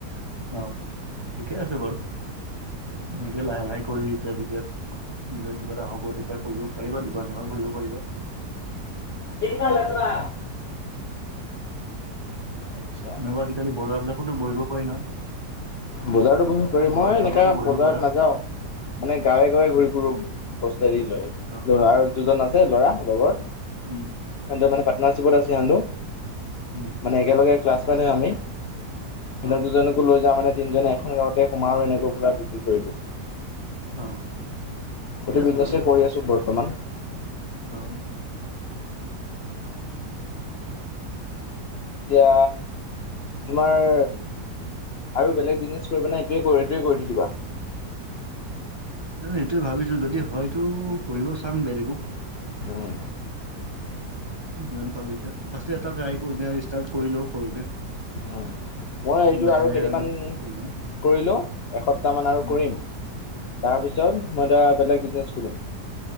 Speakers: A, on the right; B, on the left.
A: অ, ঠিকে আছে বাৰু এনেকে লাহে, লাহে কৰি এতিয়া যেতিয়া কিবা এটা হ'ব তেতিয়া কৰিব পাৰিবা দোকান যোগান কৰিব পাৰিবা।
B: এইয়া লেতেৰা। আচ্ছা
A: এনেকুৱা আজিকালি বজাৰ বিলাকতো বহিব পাৰি নহয়।
B: বজাৰতো কৰিব পাৰিবা?
A: বজাৰ
B: মই
A: বিলাকতো
B: এনেকে
A: বহিব
B: বজাৰত
A: পাৰা
B: নাযাও। মানে গাঁৱে গাঁৱে
A: উম
B: ঘূৰি ফুৰো বস্তা আদি লৈ,
A: অ
B: আৰু দুজন আছে। ল'ৰা লগৰ
A: উম
B: সি মানে পাৰ্টনাৰচিপত আছে।
A: উম।
B: মানে একেলগে ক্লাছমেট হয় আমি, ইহত
A: অ
B: দুজনকো লৈ যাওঁ মানে তিনিজনে এখন গাঁৱতে সোমাও আৰু এনেকৈ পুৰা বিক্ৰী কৰি দিওঁ,
A: অ ঠিকে
B: সেইটো
A: আছে
B: বিজনেছে
A: বাৰু
B: কৰি আছো বৰ্তমান।
A: অ'।
B: এতিয়া তোমাৰ আৰু বেলেগ বিজনেচ কৰিবা নে, এইটোৱে কৰি থাকিবা?
A: এইটোয়ে ভাবিছো যদি হয়তো কৰিব চাম বেলেগো।
B: উম।
A: কিমান পাম এতিয়া? ফাষ্ট এটা ট্ৰাই কৰি লোৱা ষ্টাৰ্ট কৰি লও সৰুকে।
B: উ, মই এইটো
A: লাহে
B: আৰু
A: লাহে
B: কেইদিনমান
A: কৰি যাম
B: কৰিলোঁ এসপ্তাহমান আৰু
A: উম
B: কৰিম। তাৰপিছত মই এয়া বেলেগ বিজনেছ কৰিলিম।